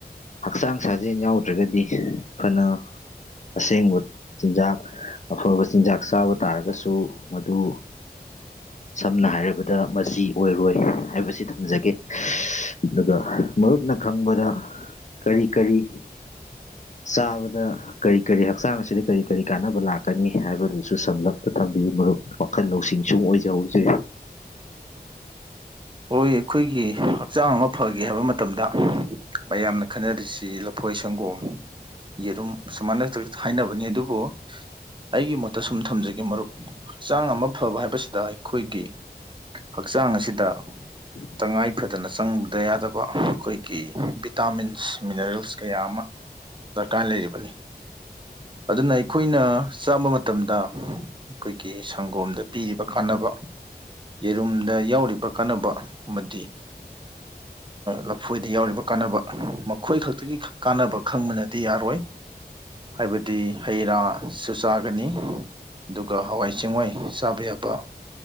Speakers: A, on the left (about 45°); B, on the right (about 30°).
A: ꯍꯛꯆꯥꯡ ꯁꯥꯖꯦꯜ ꯌꯥꯎꯗ꯭ꯔꯒꯗꯤ ꯐꯅ ꯑꯁꯦꯡꯕ ꯆꯤꯟꯖꯥꯛ ꯑꯐꯕ ꯆꯤꯟꯖꯥꯛ ꯆꯥꯕ ꯇꯥꯔꯒꯁꯨ ꯃꯗꯨ ꯁꯝꯅ ꯍꯥꯏꯔꯕꯗ ꯃꯆꯤ ꯑꯣꯏꯔꯣꯏ ꯍꯥꯏꯕꯁꯤ ꯊꯝꯖꯒꯦ ꯑꯗꯨꯒ ꯃꯔꯨꯞꯅ ꯈꯪꯕꯗ ꯀꯔꯤ ꯀꯔꯤ ꯆꯥꯕꯗ ꯀꯔꯤ ꯀꯔꯤ ꯍꯛꯆꯥꯡ ꯑꯁꯤꯗ ꯀꯔꯤ ꯀꯔꯤ ꯀꯥꯟꯅꯕ ꯂꯥꯛꯀꯅꯤ ꯍꯥꯏꯕꯗꯨꯁꯨ ꯁꯝꯂꯞꯄ ꯊꯝꯕꯤꯌꯨ ꯃꯔꯨꯞ ꯋꯥꯈꯜ ꯂꯧꯁꯤꯡ ꯁꯨꯝ ꯑꯣꯏꯖꯍꯧꯖꯦ
B: ꯍꯣꯏ ꯑꯩꯈꯣꯏꯒꯤ ꯍꯛꯆꯥꯡ ꯑꯃ ꯐꯒꯦ ꯍꯥꯏꯕ ꯃꯇꯝꯗ ꯃꯌꯥꯝꯅ ꯈꯟꯅꯔꯤꯁꯤ ꯂꯐꯣꯏ ꯁꯪꯒꯣꯝ ꯌꯦꯔꯨꯝ ꯁꯨꯃꯥꯏꯅ ꯍꯥꯏꯅꯕꯅꯤ ꯑꯗꯨꯕꯨ ꯑꯩꯒꯤ ꯃꯣꯠꯇ ꯁꯨꯝ ꯊꯝꯖꯒꯦ ꯃꯔꯨꯞ ꯍꯛꯆꯥꯡ ꯑꯃ ꯐꯕ ꯍꯥꯏꯕꯁꯤꯗ ꯑꯩꯈꯣꯏꯒꯤ ꯍꯛꯆꯥꯡ ꯑꯁꯤꯗ
A: ꯎꯝ <inaudible>
B: ꯇꯉꯥꯏ ꯐꯗꯅ ꯆꯪꯗ ꯌꯥꯗꯕ ꯑꯩꯈꯣꯏꯒꯤ ꯚꯤꯇꯥꯃꯤꯟꯁ ꯃꯤꯅꯔꯦꯜꯁ ꯀꯌꯥ ꯑꯃ ꯗꯔꯀꯥꯔ ꯂꯩꯔꯤꯕꯅꯤ ꯑꯗꯨꯅ ꯑꯩꯈꯣꯏꯅ ꯆꯥꯕ ꯃꯇꯝꯗ ꯑꯩꯈꯣꯏꯒꯤ ꯁꯪꯒꯣꯝꯗ ꯄꯤꯔꯤꯕ ꯀꯥꯟꯅꯕ ꯌꯦꯔꯨꯝꯗ ꯌꯥꯎꯔꯤꯕ ꯀꯥꯟꯅꯕ ꯑꯃꯗꯤ
A: <unintelligible>
B: ꯂꯐꯣꯏꯗ ꯌꯥꯎꯔꯤꯕ ꯀꯥꯟꯅꯕ ꯃꯈꯣꯏ ꯈꯛꯇꯒꯤ ꯀꯥꯟꯅꯕ ꯈꯪꯕꯅꯗꯤ ꯌꯥꯔꯣꯏ ꯍꯥꯏꯕꯗꯤ ꯍꯩ ꯔꯥꯁꯨꯨ ꯆꯥꯒꯅꯤ ꯑꯗꯨꯒ ꯍꯋꯥꯏ ꯆꯦꯡꯋꯥꯏ ꯆꯥꯕ ꯌꯥꯕ